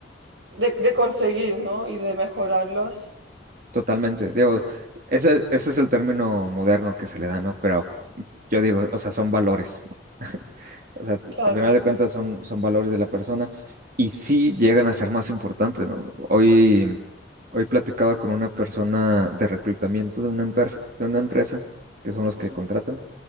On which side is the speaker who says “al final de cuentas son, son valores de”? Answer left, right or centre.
Right